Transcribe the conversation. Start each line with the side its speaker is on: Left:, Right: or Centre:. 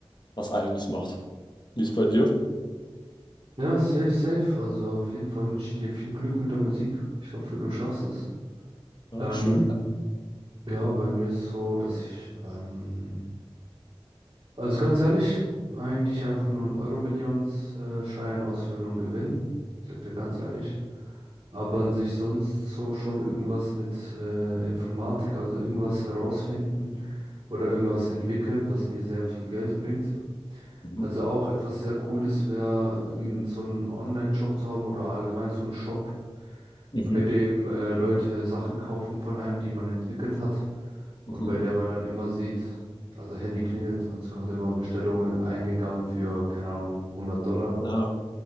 Left: was Eigenes macht. Wie ist bei dir?
Right: Ja, safe, safe. Also auf jeden Fall wünsche ich dir viel Glück mit der Musik. Ich hoffe, du schaffst es.
Left: Dankeschön.
Right: Ähm, ja, bei mir ist so, dass ich, ähm, also ganz ehrlich, eigentlich einfach nur einen Euro-Millions-Schein ausfüllen und gewinnen. Sag dir ganz ehrlich. Aber an sich sonst so schon irgendwas mit äh, Informatik, also irgendwas herausfinden oder irgendwas entwickeln, was mir sehr viel Geld bringt.
Left: Mhm.
Right: Also auch etwas sehr Cooles wäre, irgend so einen Online-Shop zu haben oder allgemein so einen Shop,
Left: Mhm.
Right: bei dem äh, Leute Sachen kaufen von einem, die man entwickelt hat
Left: Mhm.
Right: und bei der man dann immer sieht, also Handy klingelt und es kommt immer Bestellungen eingegangen für, keine Ahnung, 100 Dollar.
Left: Ja,